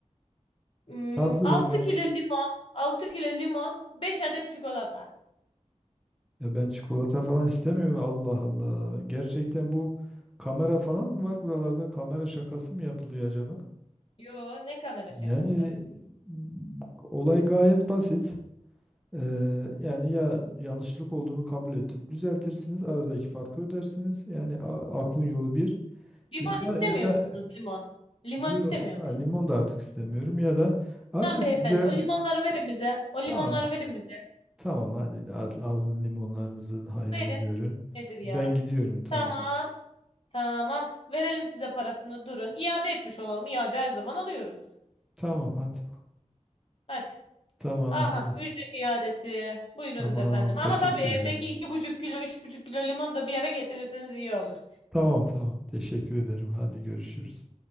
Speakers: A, on the left (about 50°); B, in the centre.
A: Hmm,
B: hazırım
A: 6
B: hadi.
A: kilo limon, 6 kilo limon, 5 adet çikolata.
B: Ya ben çikolata falan istemiyorum. Allah Allah. Gerçekten bu kamera falan mı var buralarda? Kamera şakası mı yapılıyor acaba?
A: Yo ne kamera şakası.
B: Yani m, olay gayet basit. Ee, yani ya yanlışlık olduğunu kabul edip düzeltirsiniz, aradaki farkı ödersiniz. Yani a- aklın yolu bir.
A: Limon
B: Ya da
A: istemiyor
B: ya
A: musunuz limon? Limon
B: yok,
A: istemiyor
B: ha,
A: musunuz?
B: limon da artık istemiyorum ya da artık
A: Tamam beyefendi.
B: güzel
A: O limonları verin bize. O limonları
B: tamam.
A: verin bize.
B: Tamam hadi al, alın limonlarınızın hayrını
A: Verin.
B: görün.
A: Nedir ya?
B: Ben gidiyorum tamam.
A: Tamam. Tamam. Verelim size parasını. Durun. İade etmiş olalım. İade her zaman alıyoruz.
B: Tamam hadi.
A: Hadi.
B: Tamam
A: Aha.
B: hadi.
A: Ücret iadesi. Buyurunuz
B: Tamam
A: efendim.
B: teşekkür
A: Ama tabii evdeki
B: ederim.
A: iki buçuk kilo, üç buçuk kilo limonu da bir yere getirirseniz iyi olur.
B: Tamam tamam teşekkür ederim. Hadi görüşürüz.